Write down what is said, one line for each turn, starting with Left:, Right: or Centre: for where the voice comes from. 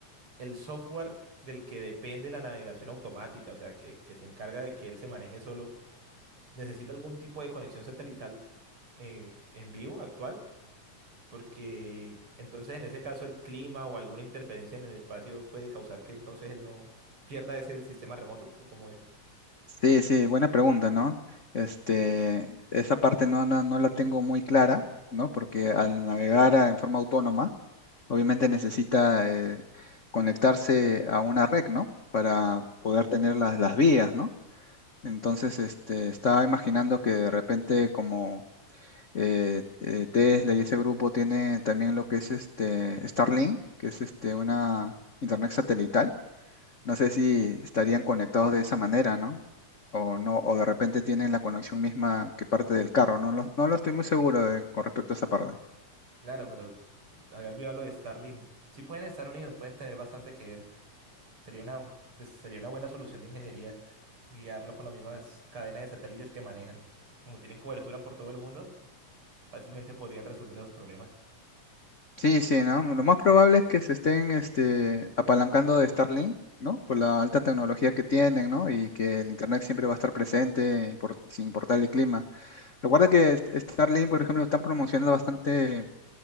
Right: el software del que depende la navegación automática, o sea, que, que se encarga de que él se maneje solo, ¿necesita algún tipo de conexión satelital eh, en vivo actual? Porque entonces en ese caso el clima o alguna interferencia en el espacio puede causar que entonces él no pierda ese sistema remoto, ¿o cómo es?
Left: Sí, sí, buena pregunta, ¿no? Este, esa parte no, no, no la tengo muy clara, ¿no? Porque al navegar a- en forma autónoma, obviamente necesita eh, conectarse a una red, ¿no? Para poder tener las, las vías, ¿no? Entonces, este, estaba imaginando que de repente como eh, eh, Tesla y ese grupo tiene también lo que es este Starlink, que es este una internet satelital no sé si estarían conectados de esa manera, ¿no? O no, o de repente tienen la conexión misma que parte del carro, no lo, no lo estoy muy seguro de- con respecto a esa parte.
Right: Claro, pero había olvidado lo de Starlink. Sí pueden estar unidos, pueden tener bastante que ver. Sería una, pues, sería una buena solución de ingeniería guiarlo con las mismas cadenas de satélites que manejan. Como tienen cobertura por todo el mundo, fácilmente podrían resolver esos problemas.
Left: Sí, sí, ¿no? Lo más probable es que se estén este, apalancando de Starlink, ¿no? Por la alta tecnología que tienen, ¿no? Y que el Internet siempre va a estar presente impor- sin importar el clima. Recuerda que Est- Starlink, por ejemplo, lo están promocionando bastante